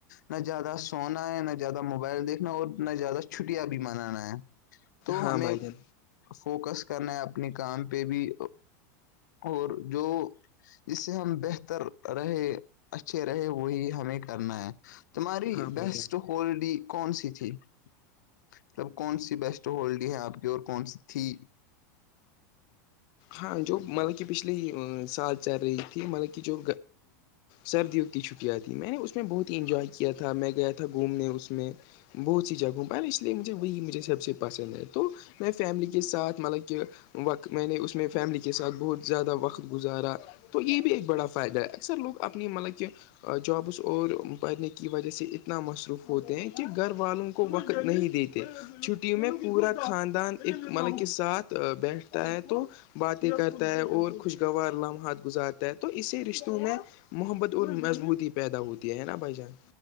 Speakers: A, on the left; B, on the left.
A: نہ زیاد سونا ہے نہ زیادہ دیکھنا اور اتنا زیادہ چھٹیاں بھی منانا ہے تو
B: ہاں
A: ہمیں
B: بھائی جان
A: فوکس کرنا ہے اپنے کام پہ بھی اور جو سے ہم بہتر رہے اچھے رہے وہی ہمیں کرنا ہے تاری
B: ہاں بھائی
A: بیسٹ
B: جان
A: ہولڈی کون سی تھی مطلب کون سی بیسٹ ہولڈی ہے آپ کی اور کون سی تھی
B: ہاں جو مطلب کہ پچھلے سال چل رہی تھی مطلب کہ جو سردیوں کی چھٹیاں تھیں میں نے اس میں بہت ہی انجوائے کیا تھا میں گیا تھا گھومنے اس میں بہت سی جگہوں اس لیے مجھے وہی مجھے سب سے پسند ہے تو میں فیملی کے ساتھ مطلب کہ وقت میں نے اس اس میں فیملی کے ساتھ بہت زیادہ وقت گزارا تو یہ بھی ایک بڑا فائدہ ہے اکثر لوگ اپنی مطلب کہ جابس اور پڑھنے کی وجہ سے اتنا مصروف ہوتے ہیں کہ گھر والوں کو وقت نہیں دیتے چھٹی میں پورا خاندان ایک مطلب کے ساتھ بیٹھتا ہے تو باتیں کرتا ہے اور خوشگوار لمحات گزارتا ہے تو اسی رشتوں میں محبت اور مضبوطی پیدا ہوتی ہے نا بھائی جان